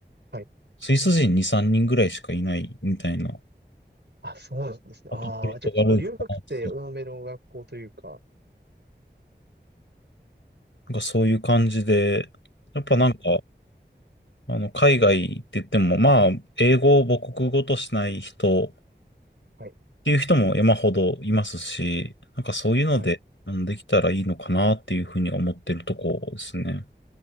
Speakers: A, on the right; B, on the left.
A: はい。
B: スイス人2、3人ぐらいしかいないみたいな、
A: あ、そうなんですね。
B: あとポルトガル、
A: ああ、じゃあ結構留学生多めの学校というか。
B: フランスなんかそういう感じで、やっぱなんか、
A: はい。
B: あの、海外って言っても、まあ、英語を母国語としない人っ
A: はい。
B: ていう人も山ほどいますし、なんかそういうので、
A: はい。
B: あのできたらいいのかなっていうふうに思ってるとこですね。